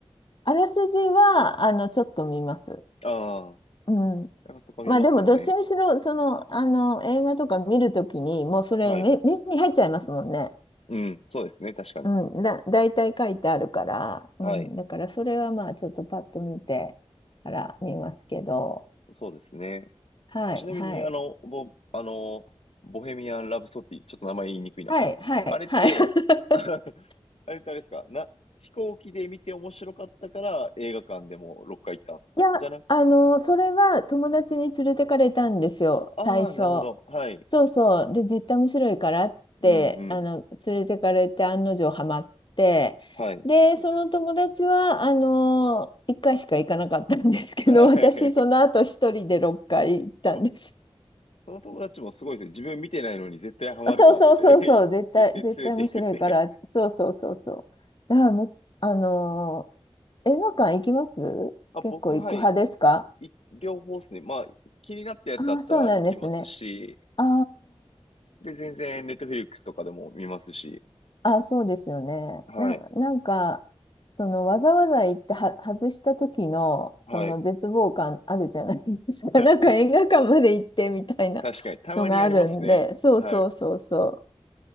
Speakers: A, on the left; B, on the left.
A: あらすじは、あの、ちょっと見ます。
B: ああー、
A: うん。
B: やっぱそこは見ますよね。
A: まあでも、どっちにしろ、その、あの、映画とか見るときに、もうそれ目、
B: はい
A: 目に入っちゃいますもんね。
B: うん、そうですね、確かに。
A: うん。だ、大体書いてあるから、うん。
B: はい、
A: だから、それはまあ、ちょっとパッと見てから見ますけど、
B: そうですね。
A: はいはい。
B: ちなみに、あの、ボ、あの、ボヘミアン・ラブソティ、ちょっと名前言いにくいな。
A: はい、
B: <laughs>
A: はい、
B: あれって、
A: はい。<laughs>
B: <laughs> あれってあれですか、な、飛行機で見て面白かったから映画館でも6回行ったんですかじゃなく、
A: いや、あの、それは友達に連れてかれたんですよ、最初。
B: ああ、なるほど。はい。
A: そうそう。で、絶対面白いからって、
B: うんうん。
A: あの、連れてかれて案の定ハマって、
B: はい。
A: で、その友達は、あの、1回しか行かなかったんですけど、
B: <laughs> はい。
A: 私、その後一人で6回行ったんです。
B: <laughs> その友達もすごいですね。自分見てないのに絶対ハマるかって
A: あそうそうそうそう、絶対、
B: <laughs> 言って連れていくって。
A: 絶対面白いから、そうそうそうそう。だからめ、あの、映画館行きます
B: あ、
A: 結構行く派ですか
B: 僕、はい。い両方ですね。まあ、気になったやつあったら行きますし、
A: ああ、そうなんですね。あ
B: で、全然、ネットフィリックスとかでも見ますし。
A: あ、あ、そうですよね。
B: はい。
A: な、なんか、そのわざわざ行っては外した時のその絶望感あるじゃないですか。
B: はい。<laughs>
A: <laughs> なんか映画館まで行ってみたいな
B: 確かに、たまにありますね。
A: のがあるんで、そうそうそうそ
B: はい。